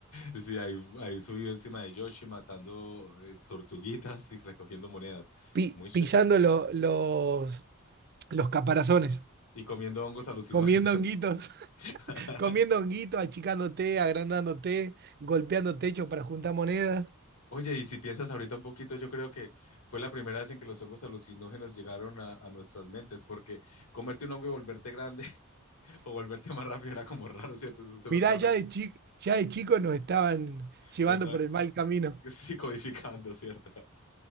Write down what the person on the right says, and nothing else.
Pi-
pisando lo- los, los caparazones,
comiendo honguitos, <laughs>
comiendo honguitos, achicándote, agrandándote golpeando techo para juntar monedas.
Mirá,
ya de chico, ya de chicos nos estaban llevando
por el mal camino.